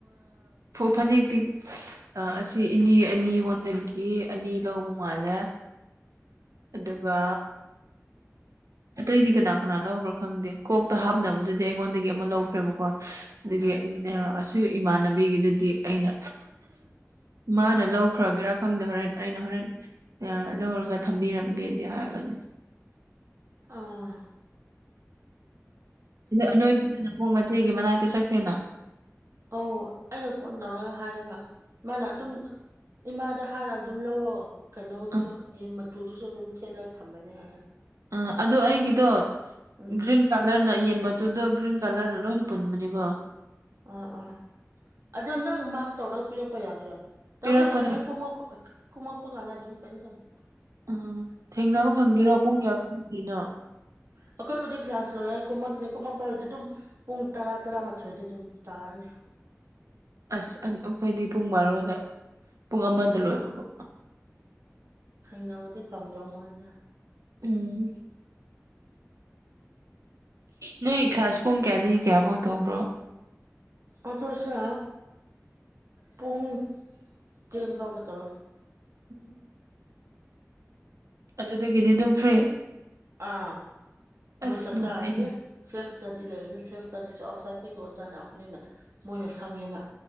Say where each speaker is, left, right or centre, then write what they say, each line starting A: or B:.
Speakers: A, on the right; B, on the right.
A: ꯐꯅꯦꯛꯇꯤ ꯑꯁꯤ ꯏꯅꯦ ꯑꯅꯤꯉꯣꯟꯗꯒꯤ ꯑꯅꯤ ꯂꯧ ꯃꯥꯅꯦ ꯑꯗꯨꯒ ꯑꯇꯩꯗꯤ ꯀꯅꯥ ꯀꯅꯥ ꯂꯧꯕ꯭ꯔꯥ ꯈꯪꯗꯦ ꯀꯣꯛꯇ ꯍꯥꯞꯅꯕꯗꯨꯗꯤ ꯑꯩꯉꯣꯟꯗꯒꯤ ꯑꯃ ꯂꯧꯈ꯭ꯔꯦꯕꯀꯣ ꯑꯗꯨ ꯑꯁꯤ ꯏꯃꯥꯟꯅꯕꯤꯒꯤꯗꯨꯗꯤ ꯑꯩꯅ ꯃꯥꯅ ꯂꯧꯈ꯭ꯔꯒꯦꯔꯥ ꯈ ꯈꯪꯗ ꯍꯣꯔꯦꯟ ꯑꯩꯅ ꯍꯣꯔꯦꯟ ꯂꯧꯔꯒ ꯊꯝꯕꯤꯔꯝꯒꯦꯗꯤ ꯍꯥꯏꯕꯅꯦ
B: ꯑꯥ
A: ꯑꯅꯣꯏꯕꯗꯅ ꯄꯨꯡ ꯃꯆꯦꯒꯤ ꯃꯅꯥꯛꯇ ꯆꯠꯈ꯭ꯔꯦꯅ
B: ꯑ ꯑꯩꯅ ꯐꯣꯟ ꯇꯧꯔꯒ ꯍꯥꯏꯔꯒ ꯃꯥꯅ ꯑꯗꯨꯝ ꯏꯃꯥꯗ ꯍꯥꯟꯅ ꯑꯗꯨꯝ ꯂꯧꯔꯛꯑꯣ ꯀꯩꯅꯣꯁꯨ
A: ꯑꯥ
B: ꯌꯦꯟ ꯃꯇꯨꯗꯨꯁꯨ ꯑꯗꯨꯝ ꯁꯦꯠꯂꯒ ꯊꯝꯕꯅꯦ ꯍꯥꯏꯅ
A: ꯑ ꯑꯗꯨ ꯑꯩꯒꯤꯗꯣ
B: ꯎꯝ
A: ꯒ꯭ꯔꯤꯟ ꯀꯂꯔꯅ ꯌꯦꯟ ꯃꯗꯨꯗꯣ ꯒ꯭ꯔꯤꯟ ꯀꯂꯔꯗ ꯂꯣꯏꯅ ꯄꯨꯟꯕꯅꯤꯀꯣ
B: ꯑꯥ ꯑꯥ ꯑꯗꯣ ꯅꯪ ꯃꯔ ꯇꯧꯔꯒ ꯄꯤꯔꯛꯄ ꯌꯥꯗ꯭ꯔꯣ ꯇꯧꯗꯤ
A: ꯄꯤꯔꯛꯄꯅꯦ
B: ꯍꯌꯦꯡ ꯑꯩ ꯀꯨꯝꯃꯛꯄ ꯀꯨꯝꯃꯛꯄ ꯀꯥꯟꯗ ꯑꯗꯨꯝ ꯀꯩꯅꯣ ꯇꯧꯋꯅꯤ
A: ꯎꯝ ꯊꯦꯡꯅꯕ ꯐꯪꯒꯦꯔꯣ ꯄꯨꯡ ꯀꯌꯥ ꯀꯨꯝꯃꯗꯒꯤꯅꯣ
B: ꯑꯩꯈꯣꯏꯕꯨꯗꯤ ꯀ꯭ꯂꯥꯁ ꯂꯣꯏꯅ ꯀꯨꯝꯃꯛꯀꯅꯤ ꯀꯣꯃꯛꯄ ꯍꯥꯏꯕꯗꯤ ꯑꯗꯨꯝ ꯄꯨꯡ ꯇꯔꯥ ꯇꯔꯥꯃꯥꯊꯣꯏꯗꯤ ꯑꯗꯨꯝ ꯇꯥꯔꯅꯤ <inaudible>
A: ꯑꯁ ꯑꯩꯈꯣꯏꯗꯤ ꯄꯨꯡ ꯕꯥꯔꯣꯗ ꯄꯨꯡ ꯑꯃꯗ ꯂꯣꯏꯕꯕꯣ
B: ꯁꯦꯡꯕꯨꯗꯤ ꯐꯪꯗ꯭ꯔꯧ ꯃꯥꯜꯂꯦ
A: ꯎꯝ ꯅꯣꯏ ꯈꯥꯁꯕꯨꯡ ꯀꯅꯤ ꯀꯌꯥꯕꯣ ꯇꯧꯔꯣ
B: ꯑꯣꯐ꯭ꯔꯁꯥ ꯄꯨꯡ ꯇꯦꯟ ꯐꯥꯎꯕ ꯇꯧꯏ
A: ꯎꯝ ꯑꯗꯨꯗꯒꯤꯗꯤ ꯑꯗꯨꯝ ꯐ꯭ꯔꯤ
B: ꯑꯥ ꯃꯣꯏ
A: ꯑꯁ
B: ꯇꯥꯛꯇꯥꯑꯅꯤ
A: ꯅꯨꯡꯉꯥꯏꯅꯤ
B: ꯁꯦꯐꯇꯗꯤ ꯂꯩꯔꯅꯤ ꯁꯦꯐ ꯏꯁꯇꯗꯤꯁꯨ ꯑꯥꯎꯠꯁꯥꯏꯗꯇꯩꯒꯤ ꯑꯣꯖꯥ ꯂꯥꯛꯄꯅꯤꯅ ꯃꯣꯏꯅ ꯁꯪꯉꯦꯕ